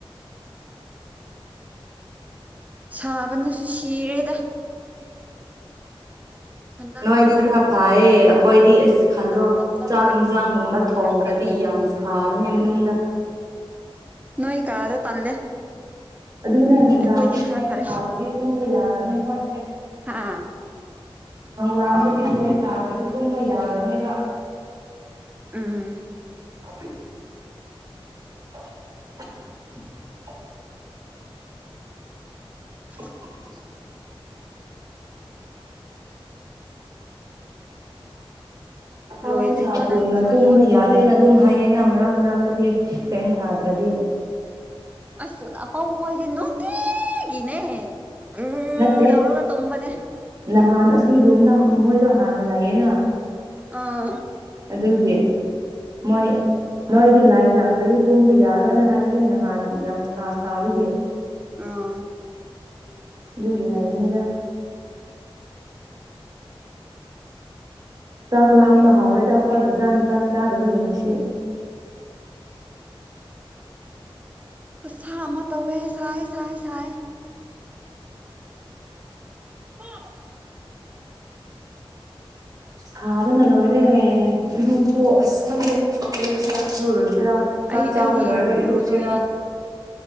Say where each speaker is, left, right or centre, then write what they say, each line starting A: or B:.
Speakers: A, on the right; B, on the right.
A: ꯁꯥꯕꯅꯁꯨ ꯁꯤꯔꯦꯗ꯫ ꯍꯟꯗꯛꯁꯦ
B: ꯅꯣꯏꯗꯤ ꯈꯔ ꯐꯥꯌꯦ ꯑꯈꯣꯏꯗꯤ ꯑꯁ ꯈꯜꯂꯣ
A: ꯅꯞ ꯅꯞ ꯅꯞ
B: ꯆꯥꯛ
A: ꯑꯣꯏ
B: ꯍꯤꯟꯖꯥꯡꯒꯨꯝꯕ ꯊꯣꯡꯈ꯭ꯔꯗꯤ
A: ꯔꯥ ꯈꯪꯗꯦ
B: ꯌꯥꯝ ꯁꯥꯕꯅꯦ ꯃꯅꯨꯡꯗ
A: ꯅꯣꯏ ꯀꯥꯗꯣ ꯇꯜꯂꯦ
B: ꯑꯗꯨꯅꯦ ꯅꯨꯡꯗꯥꯡꯒꯤ
A: ꯑꯩꯈꯣꯏꯗꯤ ꯈꯔ
B: ꯐꯦꯟ
A: ꯐꯔꯦ
B: ꯊꯥꯗ꯭ꯔꯗꯤ ꯇꯨꯝꯕ ꯌꯥꯗꯝꯅꯦ ꯑꯈꯣꯏꯗꯤ
A: ꯍꯥꯥ
B: <unintelligible> ꯇꯨꯝꯕ ꯌꯥꯗꯝꯅꯦꯕ
A: ꯎꯝ
B: ꯑ <inaudible> ꯎ <inaudible>
A: ꯊ <inaudible>
B: <inaudible> <unintelligible>
A: ꯂꯣꯏꯗ꯭ꯔꯤꯕꯣ
B: ꯍꯥꯄꯨꯅ
A: ꯅꯪ ꯏꯟꯁꯥꯡꯗꯣ
B: ꯇꯨꯝꯝꯕ ꯌꯥꯗꯦꯅ ꯑꯗꯨꯝ ꯍꯩꯌꯦꯅ ꯃꯔꯛ ꯃꯔꯥꯛꯇꯗꯤ ꯐꯦꯟ ꯊꯥꯗ꯭ꯔꯗꯤ
A: ꯑꯁ <unintelligible> ꯈꯣꯢꯗꯤ ꯅꯨꯡꯇꯤꯒꯤꯅꯦ ꯒ꯭ꯔꯨ
B: ꯅꯠꯇꯦ
A: ꯇꯧꯔꯒ ꯇꯨꯝꯕꯅꯦ
B: ꯅꯍꯥꯟ ꯑꯁꯤ ꯔꯨꯝꯅ ꯃꯣꯏꯗꯣ ꯍꯥꯟꯅ ꯂꯥꯛꯌꯦꯅ
A: ꯑꯥ
B: ꯑꯗꯨꯒꯤ ꯃꯣꯏ ꯅꯣꯏꯗꯤ ꯂꯩꯠ ꯂꯥꯛꯇ꯭ꯔꯗꯤ ꯇꯨꯝꯕ ꯌꯥꯔꯣꯏꯅ ꯍꯥꯏꯕꯅꯦ ꯅꯍꯥꯟ ꯌꯥꯝ ꯁꯥ ꯁꯥꯕꯒꯤ
A: ꯑꯥ
B: ꯑꯗꯨꯒꯤ ꯍꯥꯏꯕꯅꯤꯗ ꯆꯥꯛ ꯂꯥꯝꯕ ꯍꯥꯎꯔꯦꯗ ꯑꯩꯈꯣꯏ ꯐꯖꯥꯅ ꯆꯥꯛ ꯆꯥꯗꯕꯒꯤ ꯉꯁꯤ
A: ꯈꯨꯠꯁꯥ ꯑꯃ ꯇꯧꯋꯦ ꯁꯥꯏ ꯁꯥꯏ ꯁꯥꯏ ꯂꯣꯏꯗ꯭ꯔꯤꯕꯣ
B: ꯁꯥꯕꯅ ꯂꯣꯏꯔꯦ ꯏꯔꯨꯁꯨ ꯑꯁ ꯈꯪꯗꯦ ꯂꯨꯁꯤꯔ ꯂꯨꯔꯣꯏꯁꯤꯔꯥ ꯆꯥꯛ
A: ꯑꯩ
B: ꯆꯥꯕ
A: ꯑꯩꯗꯤ
B: ꯂꯣꯏꯔꯒ
A: ꯏꯔꯨꯗꯣꯏꯅꯦ
B: ꯏꯔꯨꯁꯦꯔ